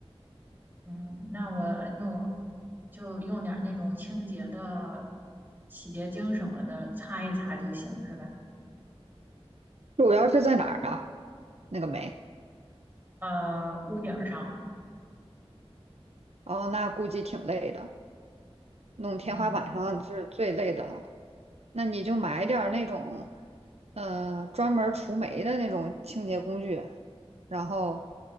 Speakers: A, on the right (about 20°); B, on the right (about 80°).
A: 嗯，那我用就用点儿那种清洁的洗洁精什么的擦一擦就行，是吧？
B: 主要是在哪儿啊？那个霉，
A: 呃，屋顶儿上，
B: 哦，那估计挺累的，弄天花板上是最累的了。
A: 嗯，
B: 那你就买点儿那种，
A: 是
B: 呃，专门儿除霉的那种清洁工具，然后